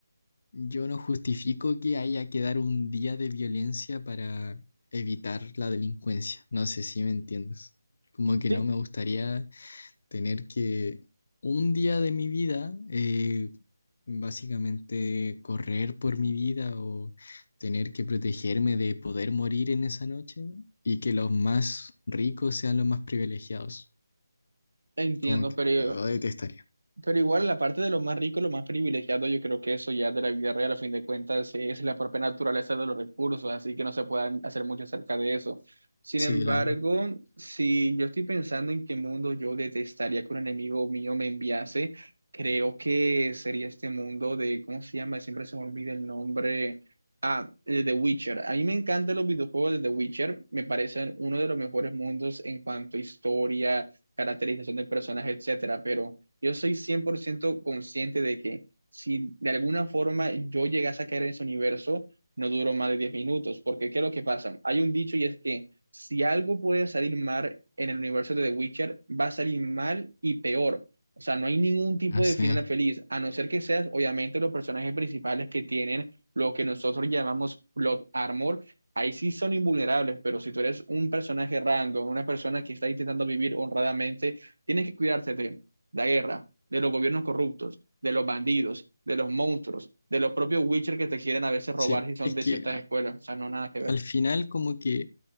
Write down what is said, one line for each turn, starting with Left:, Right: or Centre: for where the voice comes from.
Left: yo no justifico que haya que dar un día de violencia para evitar la delincuencia. No sé si me entiendes. Como que
Right: Sí,
Left: no me gustaría tener que un día de mi vida, eh, básicamente correr por mi vida o tener que protegerme de poder morir en esa noche y que los más ricos sean los más privilegiados.
Right: entiendo,
Left: Como que
Right: pero
Left: lo detestaría.
Right: Pero igual la parte de lo más rico, lo más privilegiado, yo creo que eso ya de la vida real, a fin de cuentas, es la propia naturaleza de los recursos, así que no se pueden hacer mucho acerca de eso. Sin
Left: Sí,
Right: embargo,
Left: la verdad.
Right: si yo estoy pensando en qué mundo yo detestaría que un enemigo mío me enviase, creo que sería este mundo de, ¿cómo se llama? Siempre se me olvida el nombre. Ah, el de The Witcher. A mí me encantan los videojuegos de The Witcher, me parecen uno de los mejores mundos en cuanto a historia, caracterización del personaje, etcétera, pero... Yo soy 100% consciente de que si de alguna forma yo llegase a caer en ese universo, no duró más de 10 minutos, porque ¿qué es lo que pasa? Hay un dicho y es que si algo puede salir mal en el universo de The Witcher, va a salir mal y peor. O sea, no hay ningún tipo
Left: No
Right: de
Left: sé.
Right: final feliz, a no ser que seas, obviamente, los personajes principales que tienen lo que nosotros llamamos plot armor. Ahí sí son invulnerables, pero si tú eres un personaje random, una persona que está intentando vivir honradamente, tienes que cuidarte la guerra, de los gobiernos corruptos, de los bandidos, de los monstruos, de los propios Witcher que te quieren a veces robar
Left: Sí,
Right: si son
Left: es
Right: de
Left: que
Right: ciertas
Left: a-
Right: escuelas. O sea, no nada que ver.
Left: al final como que